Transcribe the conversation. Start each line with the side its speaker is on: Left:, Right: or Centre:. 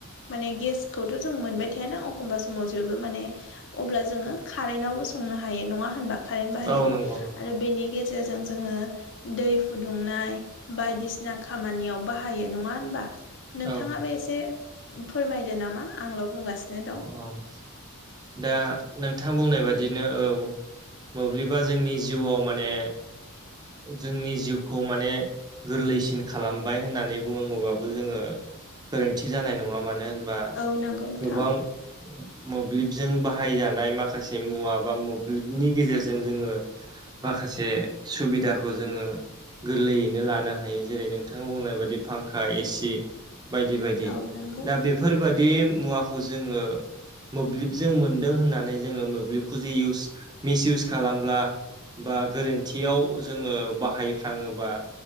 Left: माने गेसखौथ' जों मोनबाय थायाना अखमबा समाव जेबो माने अब्ला जोङो कारेन्टावबो संनो हायो नङा होनबा? कारेन्ट बाहायनानै
Right: औ नंगौ नंगौ
Left: आरो बेनि गेजेरजों जोङो दै फुदुंनाय बायदिसिना खामानियाव बाहायो नङा होनबा? नोंथाङाबो
Right: औ
Left: एसे फोरमायदो नामा आंल' बुंगासिनो दं।
Right: अ। दा नोंथाङा बुंनाय बादिनो औ। मोब्लिबा जोंनि जिउआव माने जोंनि जिउखौ माने गोरलैसिन खालामबाय होननानै बुंङो बाबो जोङो गोरोन्थि जानाय नङा मानो होनबा
Left: औ नोंग
Right: गोबां
Left: <inaudible>
Right: मोब्लिबजों बाहाय जानाय माखासे मुवा बा मोब्लिब नि गेजेरजों जोङो माखासे सुबिदाखौ जोङो गोरलैयैनो लानो हायो जेरै नोंथाङा बुंनाय बादि फांखा ए सि। बायदि बायदि
Left: औ नंगौ
Right: दा बेफोरबादि मुवाखौ जोङो मोब्लिबजों मोन्दों होननानै जोङो मोब्लिबखौ जे इउस मिस इउस खालामब्ला बा गोरोन्थियाव जोङो बाहाय फ्राङोबा